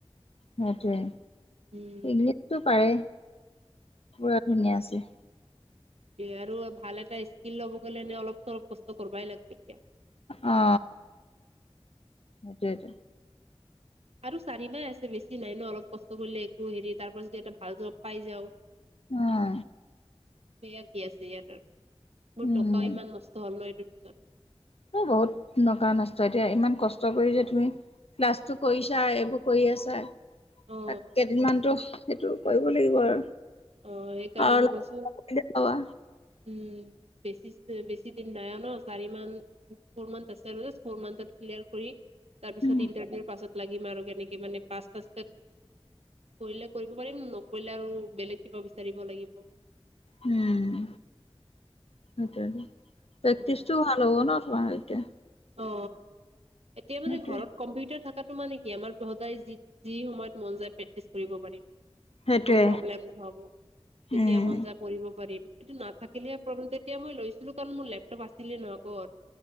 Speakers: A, on the left; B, on the right.
A: সেইটোৱে।
B: উম
A: ইংলিছটো পাৰে। পুৰা ধুনীয়া আছে। ছে।
B: এ আৰু ভাল এটা স্কিল ল'ব গ'লে এ অলপ চলপ কষ্ট কৰিবাই লাগব এতিয়া।
A: অ সেইটোটো।
B: আৰু চাৰিমাহ আছে বেছি নাই ন অলপ কষ্ট কৰিলে একো হেৰি তাৰ পৰা যদি এটা ভাল জব পাই যাওঁ।
A: অহ।
B: ভেয়া কি আছে ইয়াৰ। মোৰ
A: উম,
B: টকাও ইমান নষ্ট হ'ল ন এইটো। আছে।
A: এ বহুত নকা নষ্ট এতিয়া ইমান কষ্ট কৰি যে তুমি ক্লাছটো কৰিছা এইবোৰ কৰি আছা। তাত
B: অ
A: কেইদিনমানতো। সেইটো কৰিব লাগিব আৰু।
B: অ সেইকাৰণে
A: আৰু অলপ
B: মই কৈছোঁ।
A: কৰিলে পাবা,
B: উম বেছি বেছি দিন নাই ন চাৰি মান ফৰ মানট আছো ফৰ মানট ক্লাৰ কৰি তাৰ পিছত
A: উম,
B: ইন্টাৰভিউৰ পাছত লিম আৰু কেনেকে মানে পাচো কৰিলে কৰিব পাৰিম নকৰিলে আৰু বেলেগ। কিবা বিচাৰিব লাগিব।
A: উম সেইটোৱেটো। প্ৰেক্টিচটো
B: উম
A: ভাল হ'ব ন তোমাৰ এতিয়া,
B: অ এতিয়া
A: সেইটোৱে,
B: মানে ঘৰত কম্পিউটাৰ থাকাত মানে কি আমাৰ পঢ়োতাই যি যি সময়ত মন যায় প্ৰেক্টিছ কৰিব পাৰিম।
A: সেইটোৱে,
B: কোনো প্ৰব্লেম নহব যেতিয়া
A: উম,
B: মন যায় পঢ়িব পাৰিম। এইটো নাথাকিলে প্ৰব্লদেত এতিয়া মই লৈছিলো কাৰণ মোৰ লেপটপ আছিলে ন আগত।